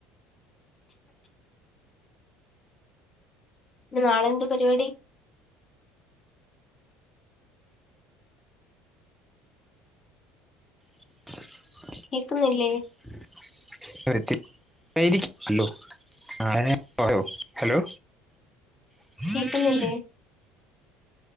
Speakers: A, on the left; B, in the centre.
A: ഇനി നാളെ എന്ത് പരിപടി
B: <inaudible>
A: കേക്കുന്നില്ലേ?
B: <inaudible> <unintelligible> <unintelligible> ആ ഹലോ <inaudible>
A: കേക്കുന്നില്ലേ